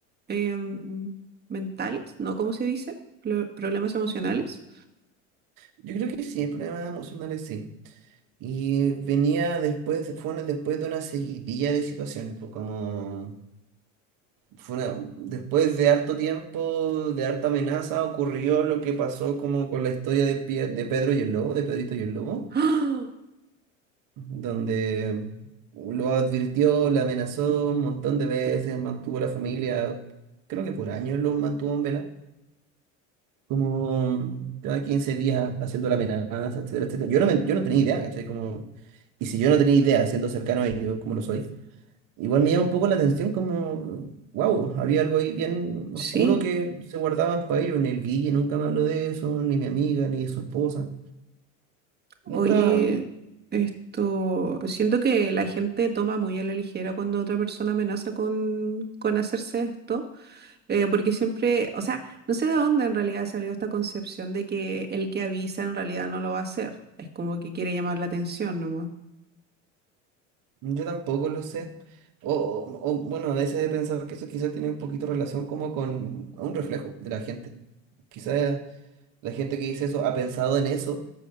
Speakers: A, on the right (about 25°); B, on the right (about 55°).
A: em, mentales, ¿no? ¿Cómo se dice? Pro- problemas emocionales.
B: Yo creo que sí, el problema emocional es sí. Y venía después, fue una- después de una seguidilla de situaciones, pues como fue una- después de harto tiempo, de harta amenaza, ocurrió lo que pasó como con la historia de, Pie- de Pedro y el Lobo, de Pedrito y el Lobo,
A: ¡Ah!
B: donde lo advirtió, le amenazó un montón de veces, mantuvo a la familia, creo que por años lo mantuvo en vela, como cada 15 días haciendo la amenaza, etcétera, etcétera. Yo no, me- yo no tenía idea, ¿cachai? Como, y si yo no tenía idea, siendo cercano a ellos, como lo soy, Igual me llama un poco la atención como, wow, había algo ahí bien
A: Sí,
B: oscuro que se guardaban para ellos. Ni el Guille nunca me habló de eso, ni mi amiga, ni su esposa.
A: oye,
B: Nunca,
A: esto, pues siento que la gente toma muy a la ligera cuando otra persona amenaza con, con hacerse esto, eh, porque siempre, o sea, no sé de dónde en realidad salió esta concepción de que el que avisa en realidad no lo va a hacer, es como que quiere llamar la atención nomás.
B: yo tampoco lo sé. O, o- o, bueno, a veces he pensado que eso quizás tiene un poquito relación como con un reflejo de la gente. Quizás la gente que dice eso ha pensado en eso